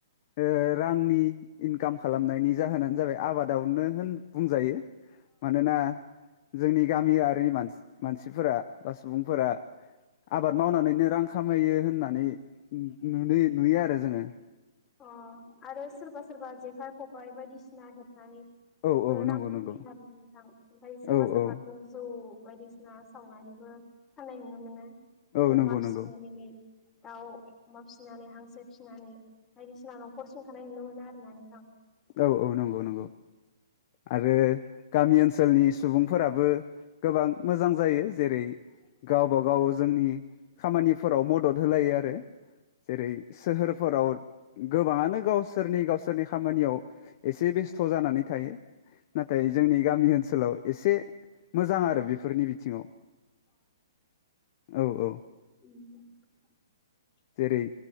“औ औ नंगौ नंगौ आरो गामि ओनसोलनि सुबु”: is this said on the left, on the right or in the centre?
Left